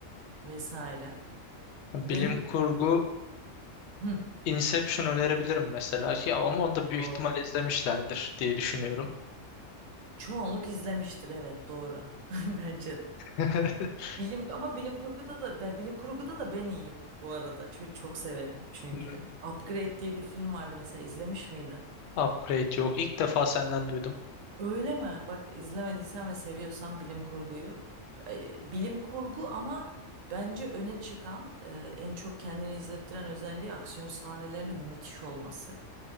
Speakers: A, on the right (about 80°); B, on the left (about 65°).
A: vesaire. Benim
B: Bilim kurgu
A: hı,
B: Inception önerebilirim mesela ki ama onu da büyük
A: o,
B: ihtimal izlemişlerdir diye düşünüyorum.
A: çoğunluk izlemiştir evet doğru. <laughs> Bence de.
B: <laughs>
A: Bilim ama bilim kurguda da ben, bilim kurguda da ben iyiyim bu arada. Çok, çok severim çünkü.
B: Hmm,
A: Upgrade diye bir film vardı mesela izlemiş miydin?
B: Upgrade yok. İlk defa senden duydum.
A: Öyle mi? Bak izlemediysen ve seviyorsan bilim kurguyu. e, Bilim kurgu ama bence öne çıkan e, en çok kendini izlettiren özelliği aksiyon sahnelerinin müthiş olması.